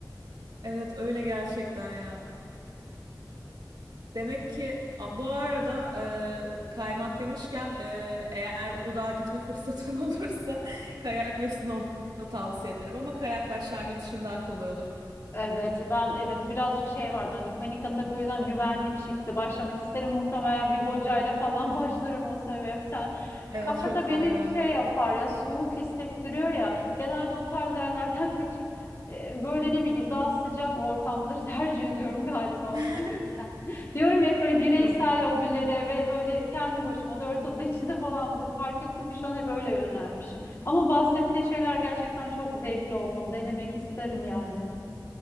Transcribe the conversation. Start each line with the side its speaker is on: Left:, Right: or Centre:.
Right: evet öyle gerçekten ya. Demek ki a- bu arada e, kaymak demişken e, eğer Uludağ'a gitme fırsatın <laughs> olursa kayak ve snowboard tavsiye ederim ama kayak başlangıç için daha kolay olur.
Left: Evet ben evet birazcık şey var bende panik atak o yüzden güvenli bir şekilde başlamak isterim. Muhtemelen bir hocayla falan <laughs> başlarım o sebepten.
Right: Evet
Left: Kar
Right: çok
Left: da beni
Right: daha güvenli
Left: hep şey
Right: olur.
Left: yapar ya soğuk hissettiriyor ya. Genelde o tarz yerlerden <laughs> kaçıp e, böyle ne bileyim daha sıcak ortamları <laughs> tercih ediyorum galiba
Right: <laughs>
Left: o sebepten. <laughs> Diyorum ya hep böyle bireysel
Right: O z-
Left: hobilere ve böyle kendi başıma dört oda içinde falan fark ettim ki şu an hep öyle yönelmişim. Ama bahsettiğin şeyler gerçekten çok zevkli olmalı. Denemek isterim yani.